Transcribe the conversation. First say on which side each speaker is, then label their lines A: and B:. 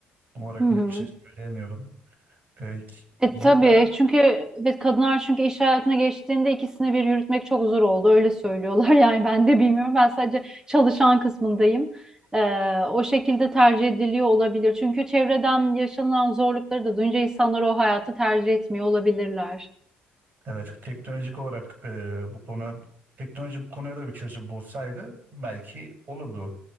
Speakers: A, on the right; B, on the right.
A: Tam olarak
B: Hı hı.
A: net bir şey söyleyemiyorum. E,
B: E
A: ya
B: tabii
A: da
B: çünkü evet kadınlar çünkü iş hayatına geçtiğinde ikisini bir yürütmek çok zor oldu öyle söylüyorlar <laughs> yani ben de bilmiyorum ben sadece çalışan kısmındayım. Ee, o şekilde tercih ediliyor olabilir çünkü çevreden yaşanılan zorlukları da duyunca insanlar o hayatı tercih etmiyor olabilirler.
A: evet teknolojik olarak e, bu konu teknoloji bu konuya da bir çözüm bulsaydı belki olurdu.